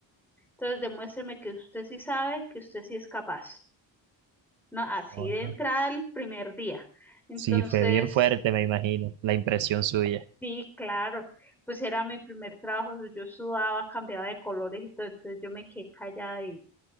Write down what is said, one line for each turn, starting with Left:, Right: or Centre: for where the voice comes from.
Centre: Entonces demuéstreme que usted sí sabe, que usted sí es capaz. No, así
Right: Ajá.
Centre: de entrada el primer día. Entonces,
Right: Sí, fue bien fuerte, me imagino, la impresión suya.
Centre: sí, claro, pues era mi primer trabajo, yo sudaba, cambiaba de colores y todo, entonces yo me quedé callada y,